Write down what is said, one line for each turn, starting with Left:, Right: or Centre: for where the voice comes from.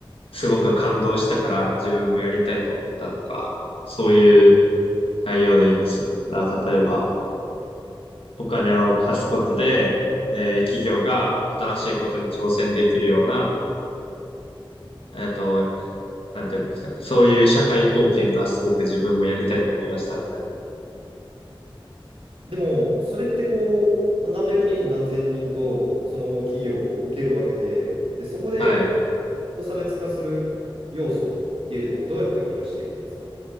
Left: すごく感動したから自分もやりたいと思ったとか、そういう内容でいいんですよ。だから例えば、
Right: でも、
Left: お金を貸すことで、えー企業が新しいことに挑戦できるような、えっと、なんていうんですかね。そういう社会貢献がすごく自分もやりたいと思いましたみたいな。
Right: でもそれってこう、まあ何百人何千人とその企業を受けるわけで、で、そこで
Left: はい。
Right: と差別化する要素っていうのをどうやって生み出していくんですか